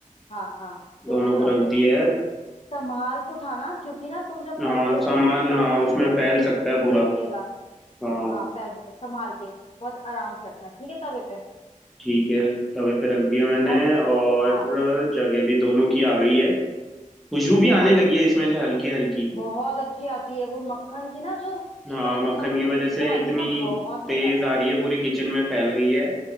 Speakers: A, on the left; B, in the centre.
A: हाँ हाँ दोनों
B: दोनों
A: को
B: को
A: रख
B: रख
A: दो
B: दिया है
A: संभाल के उठाना क्योंकि ना तुम जब
B: हाँ
A: पलटोगे
B: सामान
A: या कुछ करोगे
B: हाँ
A: या
B: उसमें
A: रखोगे
B: फैल सकता है पूरा
A: निकलेगा
B: हाँ
A: हाँ फैल सकता है। संभाल के बहुत आराम से रखना ठीक है तवे पे
B: ठीक है तवे पे रख दिया मैंने
A: और
B: और
A: हाँ
B: जगह भी दोनों की आ गई है खुशबू भी
A: हाँ
B: आने लगी है इसमें
A: उस
B: से हल्की हल्की
A: बहुत अच्छी आती है वो मक्खन की ना जो
B: हाँ
A: सौंधी
B: मक्खन
A: सौंधी
B: की
A: सी
B: वजह
A: खुशबू
B: से
A: आती
B: इतनी
A: है ना बहुत मजा
B: तेज
A: आता
B: आ
A: है
B: रही है पूरी किचन में फैल गई है